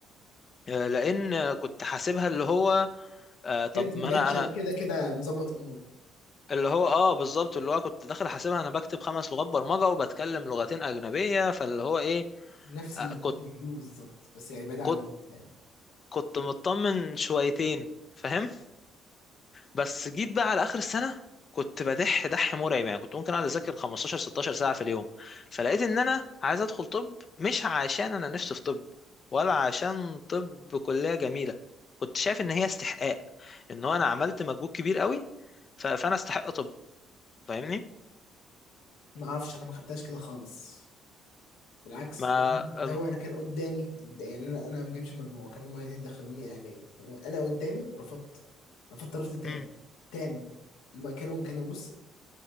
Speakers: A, on the left; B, on the left.
A: آه، لان كنت حاسبها اللي هو آه طب
B: جت ما
A: ما
B: جاتش
A: انا انا
B: أنا كده كده مظبط اموري
A: اللي هو اه بالظبط اللي هو كنت داخل حاسبها انا بكتب خمس لغات برمجه وبتكلم لغتين اجنبيه فاللي هو ايه
B: نفس
A: آه
B: اللي
A: كنت
B: كنت بعمله بالظبط بس يعني بعيد عن
A: كنت
B: الوقت يعني
A: كنت مطمن شويتين فاهم بس جيت بقى على اخر السنه كنت بدح دح مرعب يعني كنت ممكن اقعد اذاكر 15 16 ساعه في اليوم فلقيت ان انا عايز ادخل طب مش عشان انا نفسي في طب ولا عشان طب كليه جميله كنت شايف ان هي استحقاق ان هو انا عملت مجهود كبير قوي ف- فانا استحق طب فاهمني
B: ما اعرفش انا ما خدتهاش كده خالص بالعكس
A: ما
B: ده ده
A: أم...
B: هو انا كان قدامي ده يعني انا انا ما جبتش المجموع كانوا هم عايزين يدخلوني اهليه فانا انا قدامي ورفضت رفضت رفض تام
A: أم.
B: تام ما كانوا كانوا بص آه،